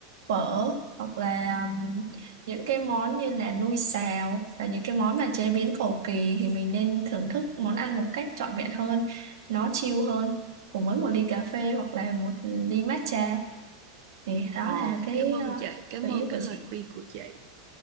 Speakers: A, on the right (about 80°); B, on the right (about 60°).
A: phở hoặc là um, những cái món như là nui xào và những cái món mà chế biến cầu kỳ thì mình nên thưởng thức món ăn một cách trọn vẹn hơn nó chill hơn cùng với một ly cà phê hoặc là một ly matcha thì đó
B: Ờ,
A: là cái
B: cảm ơn
A: ờ,
B: chị, cảm
A: gợi
B: ơn
A: ý
B: cái
A: của
B: lời
A: chị
B: khuyên của chị.